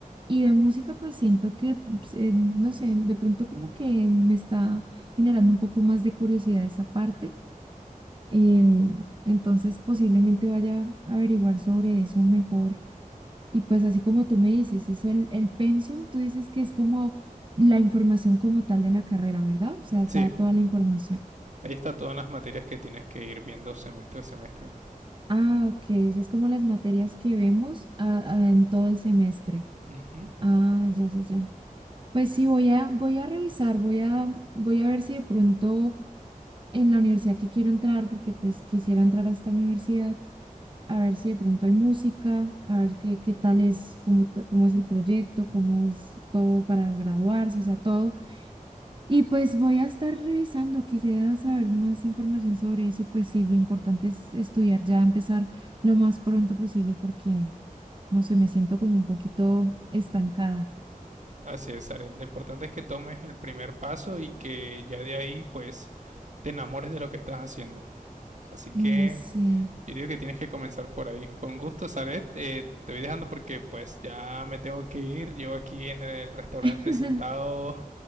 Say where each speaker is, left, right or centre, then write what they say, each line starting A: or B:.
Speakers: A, on the right; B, on the right.
A: Y de música, pues siento que, pues, eh, no sé, de pronto como que me está generando un poco más de curiosidad esa parte Em, entonces posiblemente vaya a averiguar sobre eso mejor. Y pues así como tú me dices, eso el, el pensum, tú dices que es como la información como tal de la carrera, ¿verdad? O sea,
B: sí.
A: da toda la información.
B: Ahí está todas las materias que tienes que ir viendo semestre a semestre.
A: Ah, ok, o sea, es como las materias que vemos ah, ah, en todo el semestre.
B: Ujú.
A: Ah, ya, ya, ya. Pues sí, voy a, voy a revisar, voy a, voy a ver si de pronto en la universidad que quiero entrar, porque pues quisiera entrar a esta universidad a ver si de pronto hay música, a ver qué, qué tal es, cómo, ta- cómo es el proyecto, cómo es todo para graduarse, o sea, todo. Y pues voy a estar revisando, quisiera saber más información sobre eso y pues sí, lo importante es estudiar ya, empezar lo más pronto posible porque, no sé, me siento como un poquito estancada.
B: Así es, Aret. Lo importante es que tomes el primer paso y que ya de ahí, pues, te enamores de lo que estás haciendo. Así que
A: Ay, sí.
B: Yo digo que tienes que comenzar por ahí. Fue un gusto, Saret. Eh, te voy dejando porque pues ya me tengo que ir. Yo aquí en el restaurante
A: <laughs>
B: sentado